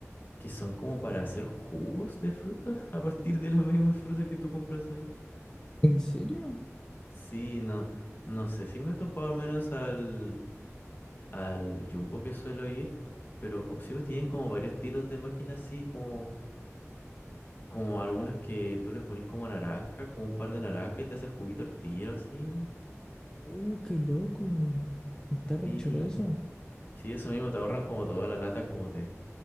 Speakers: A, on the left; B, on the left.
A: que son como para hacer jugos de frutas <laughs> a partir de las mismas frutas que tú compras ahí.
B: ¿En serio?
A: Sí, no, no sé si me he topado al menos al, al Jumbo que suelo ir, pero como, sí, pues tienen como varios estilos de máquinas así, como, como algunas que tú les pones como naranja, como un par de naranja y te hace el juguito al tiro, así.
B: Uh, qué loco. Está re
A: Sí,
B: chulo eso.
A: sí, eso mismo, te ahorran como toda la lata, como de,